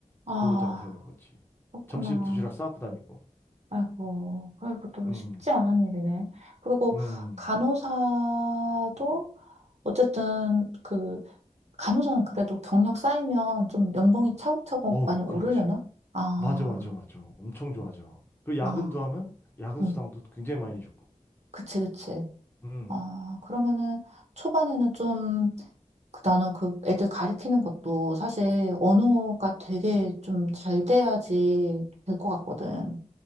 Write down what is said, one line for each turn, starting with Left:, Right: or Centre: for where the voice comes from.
Right: 아,
Left: 근로자가 되는 거지.
Right: 그렇구나.
Left: 점심 도시락 싸고 다니고.
Right: 아이고, 아이고, 또
Left: 음.
Right: 쉽지 않은 일이네. 그리고
Left: 음.
Right: 간호사도 어쨌든 그, 간호사는 그래도 경력 쌓이면 좀 연봉이 차곡차곡
Left: 어,
Right: 많이 오르려나?
Left: 그렇지.
Right: 아,
Left: 맞아 맞아 맞아. 엄청 좋아져. 그리고
Right: 아,
Left: 야근도 하면 야근
Right: 음,
Left: 수당도 굉장히 많이 주고.
Right: 그치, 그치.
Left: 음.
Right: 아, 그러면은 초반에는 좀, 그 나는 그 애들 가르치는 것도 사실 언어가 되게 좀 잘 돼야지 될 것 같거든.